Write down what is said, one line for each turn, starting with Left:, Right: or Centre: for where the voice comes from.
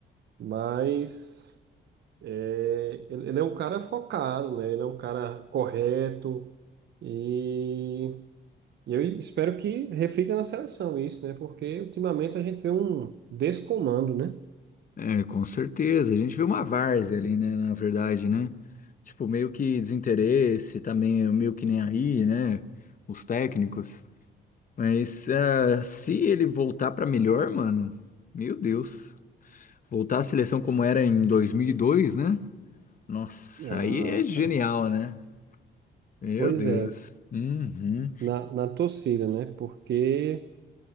Right: Mas é, ele ele é um cara focado, né? Ele é um cara correto e, e eu espero que reflita na seleção isso, né? Porque ultimamente a gente vê um descomando, né?
Left: É, com certeza. A gente vê uma várzea ali, né? Na verdade, né? Tipo, meio que desinteresse, também é meio que nem aí, né? Os técnicos. Mas ah, se ele voltar pra melhor, mano, meu Deus. Voltar à seleção como era em dois mil e dois né? Nossa,
Right: Ah,
Left: aí é genial,
Right: cara.
Left: né? Meu
Right: Pois
Left: Deus.
Right: é,
Left: Uhum.
Right: na, na torcida, né? Porque